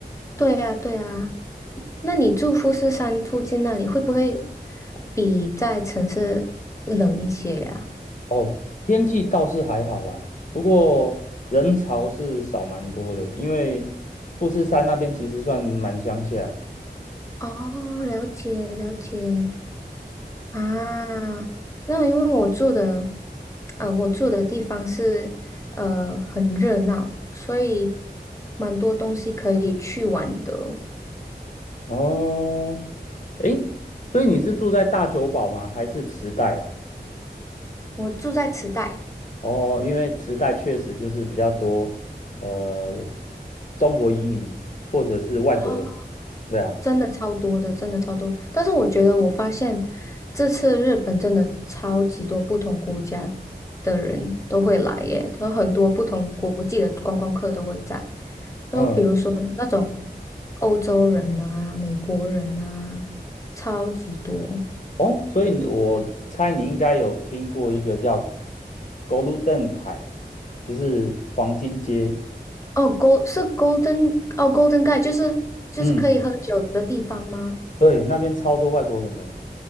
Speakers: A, on the left; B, on the left.
A: 对呀，对呀。那你住富士山附近那里，会不会比在城市冷一些呀、
B: 哦，天气倒是还好啦，不过人潮是少蛮多的，因为富士山那边其实算蛮乡下。
A: 哦，了解了解啊。那因为我住的，呃，我住的地方是呃很热闹，所以蛮多东西可以去玩的。
B: 哦，诶，所以你是住在大久保吗？还是池袋？
A: 我住在池袋。
B: 哦，因为池袋确实就是比较多，呃，中国移民或者是外国人。
A: 哦，
B: 对啊，
A: 真的超多的，真的超多。但是我觉得，我发现这次日本真的超级多不同国家的人都会来耶，有很多不同国际的观光客都会在。
B: 嗯，
A: 就比如说那种欧洲人啊、美国人啊，超级多。
B: 哦，所以你我猜你应该有听过一个叫 Golden 凯，就是黄金街。
A: 哦，Gold 是 Golden 哦，Golden g a t e 就是就是可以喝酒的地方吗？
B: 嗯。对，那边超多外国人的。